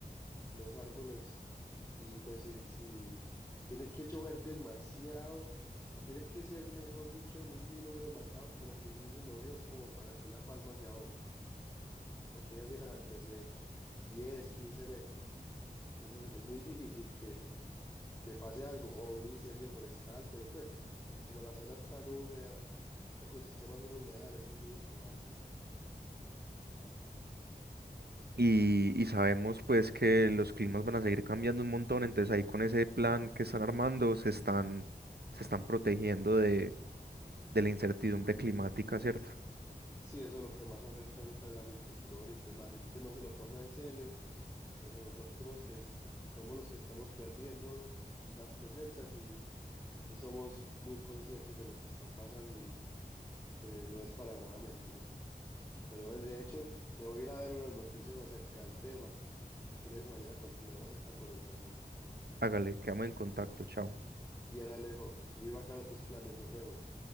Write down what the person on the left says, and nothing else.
Los árboles Y pues si, si tiene que llover demasiado, tiene que ser, mejor dicho, un diluvio mandado por el mismísimo Dios como para que una palma se ahogue, porque ya llegará a crecer 10 15 metros. Entonces es es muy difícil que, que pase algo o un incendio forestal, pero pues como la zona es tan húmeda, ese ecosistema es un humedal, eso es muy improbable.
Sí, eso es lo que más afecta ahorita al agricultor y pues la gente no se lo toma en serio pero nosotros que es- somos los que estamos perdiendo las cosechas y, y somos muy conscientes de lo que está pasando y que no es para nada mentira. Pero bueno, de hecho, me voy a ir a ver unas noticias acerca del tema. Si quieres, mañana continuamos esta conversación.
Bien, Alejo, muy bacano tus planes, nos vemos.